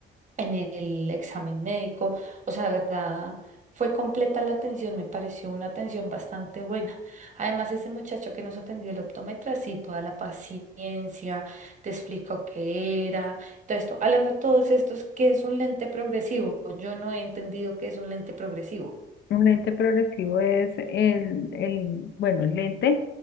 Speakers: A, on the right; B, on the left.
A: en el examen médico. O sea, de verdad, fue completa la atención, me pareció una atención bastante buena. Además, ese muchacho que nos atendió el optómetra, sí, toda la paciencia, te explicó qué era, todo esto. Hablando de todos estos, ¿qué es un lente progresivo? Yo no he entendido qué es un lente progresivo.
B: Un lente progresivo es el, el, bueno, el lente